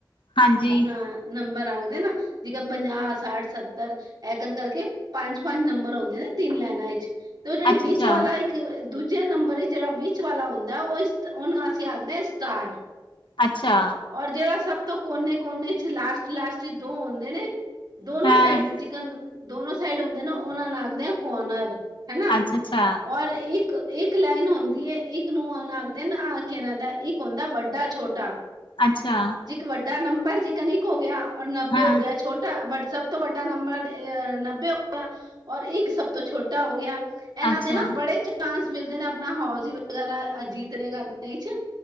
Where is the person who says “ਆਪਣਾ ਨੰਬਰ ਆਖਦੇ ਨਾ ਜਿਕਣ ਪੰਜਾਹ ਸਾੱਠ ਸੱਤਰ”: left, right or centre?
Right